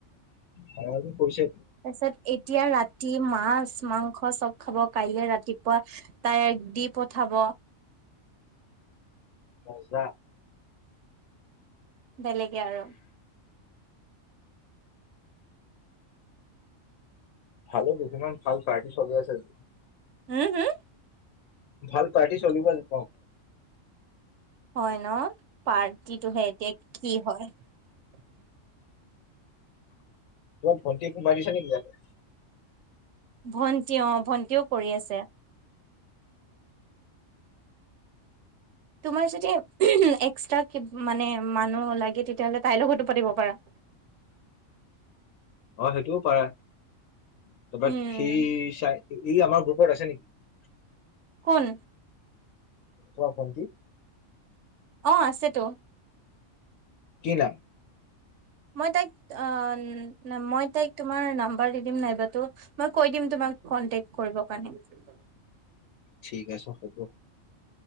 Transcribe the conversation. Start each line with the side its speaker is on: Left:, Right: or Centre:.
Left: আমাকো কৈছে
Right: তাৰপিছত এতিয়া ৰাতি মাছ মাংস চব। খাব কাইলৈ ৰাতিপুৱা। তাই দি পঠাব।
Left: মজা
Right: বেলেগে আৰু।
Left: ভালে দুছুমান ভাল পাৰ। চবেই <unintelligible>
Right: হম- হম
Left: ভাল পাৰ্টি চলিব আজি
Right: হয় ন পাৰ। কিটোহে এতিয়া কি হয়। <inaudible>
Left: মোৰ ভণ্টিক সুমুৱাই দিছ নেকি ইয়াতে।
Right: ভণ্টি অ ভণ্টিও কৰি আছে। তোমাৰ যদি এক্সট্ৰা মানে মানুহ লাগে তেতিয়াাহলে তাইৰ লগতো পাতিব পাৰা।
Left: অ' সেইটোও পাৰে
Right: উম
Left: <inaudible> ই আমাৰ গ্ৰুপত আছে নেকি।
Right: কোন
Left: আমাৰ ভণ্টি
Right: অ 'আছে তো
Left: কি নাম?
Right: <inaudible>
Left: ঠিক আছে হ'ব।